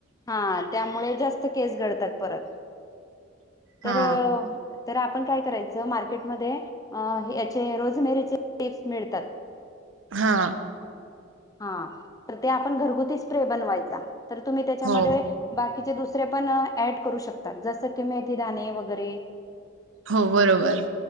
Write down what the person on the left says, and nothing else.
हा त्यामुळे जास्त केस गळतात परत. तर,
तर आपण काय करायचं मार्केटमध्ये अ याचे रोजमेरीचे <unintelligible> मिळतात.
हा, तर ते आपण घरगुती स्प्रे बनवायचा, तर तुम्ही त्याच्यामध्ये
बाकीचे दुसरे पण ऍड करू शकतात, जसं की मेथी दाणे वगैरे